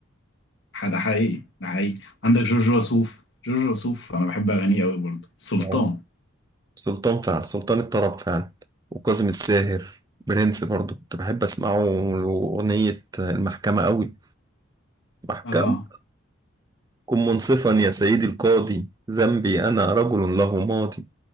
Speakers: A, on the left (about 60°); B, on the right (about 20°).
A: ده حقيقي ده حقيقي عندك جورج وسوف جورج وسوف انا بحب اغانيه قوي برضه سلطان
B: اه سلطان فعلا سلطان الطرب فعلا وكاظم الساهر برنس برضو كنت بحب اسمعه له. اغنيه المحكمه قوي محكمه
A: اه
B: كن منصفا يا سيدي القاضي ذنبي انا رجل له ماضي